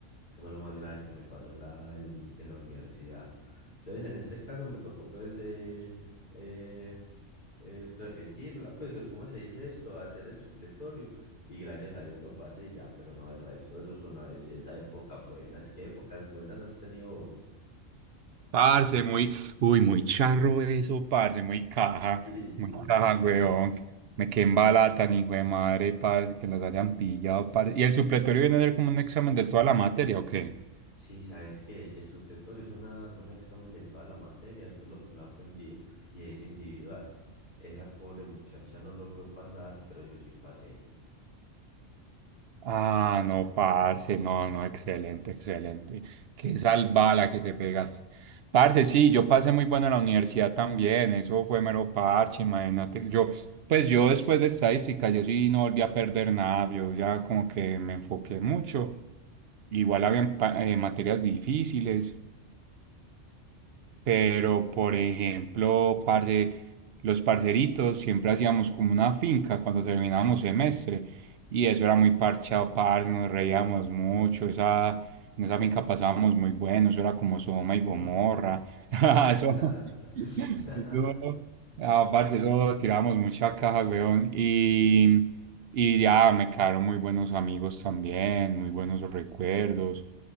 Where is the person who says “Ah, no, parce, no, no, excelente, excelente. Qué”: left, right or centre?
Right